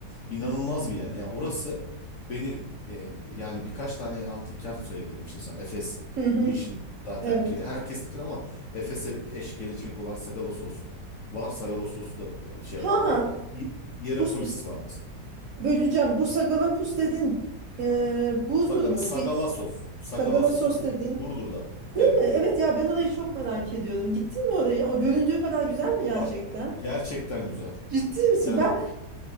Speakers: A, on the left (about 60°); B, on the right (about 65°).
A: inanılmaz bir yer. Yani orası benim e, yani birkaç tane antik kent sayabilirim işte sana. Efes
B: Hı hı.
A: bu işin zaten
B: Evet.
A: piri. Herkes de tabii ama Efes'e eş gelecek olan Sagalassos var. Sagalassos'u da şey
B: Ha.
A: yapar ama
B: ha.
A: İ- Hierapolis
B: Bus bus.
A: var mesela.
B: Böleceğim.
A: E,
B: Bu sagalapus dedin. Ee, Burdur
A: Saga,
B: mu?
A: Sagalassos.
B: Bir
A: Sagalassos.
B: Sagala sos
A: Bur-
B: dedin.
A: Burdur'da.
B: Değil
A: Evet.
B: mi? Evet ya ben orayı çok merak ediyorum. Gittin mi oraya? O göründüğü kadar güzel mi
A: Bak
B: gerçekten?
A: gerçekten güzel.
B: Ciddi misin?
A: Yani
B: Ben